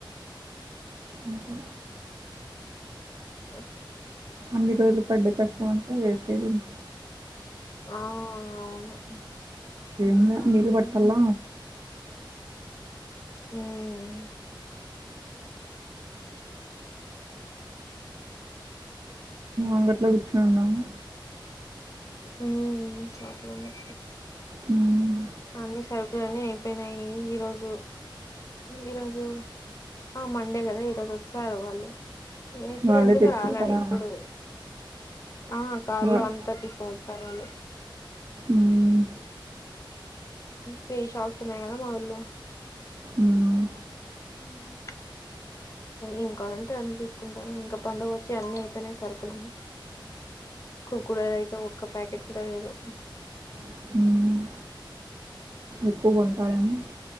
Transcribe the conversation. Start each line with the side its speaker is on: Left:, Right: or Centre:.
Right: అంతే.
Left: ఆ
Right: అన్ని రోజులు పడ్డ కష్టం అంతా వేస్ట్ అయితుంది
Left: ఆ అవును అది
Right: అ
Left: కూడా
Right: నీరు
Left: నిజమే
Right: పట్టల్ల
Left: హ్
Right: అంగట్లో కూర్చుని ఉన్నాము
Left: హ్ షాపులోనే
Right: హ్మ్.
Left: అన్ని సరుకులన్ని అయిపోయినాయి ఈరోజు ఈరోజు ఆ మండే కదా ఈ రోజు వస్తారు వాళ్ళు ఇప్పుడు
Right: వాళ్ళే
Left: ఎందుకు
Right: తెచ్చిస్తారా
Left: రాలే ఇప్పుడు ఆ కార్లో
Right: వా-
Left: అంతా తీసుక పోతారు వాళ్ళు
Right: మ్మ్.
Left: త్రీ షాప్స్ ఉన్నాయి కదా మా ఊల్లో
Right: మ్మ్.
Left: ఉమ్. ఏం కావాలంటే అన్ని తీసుకుంటాను. ఇంకా పండుగ వచ్చి అన్ని అయిపోయినాయి సరుకులు అన్ని కుర్ కుర్ కురే అయితే ఒక్క ప్యాకెట్ కూడా లేదు
Right: మ్మ్. ఎక్కువగా ఉంటారేమే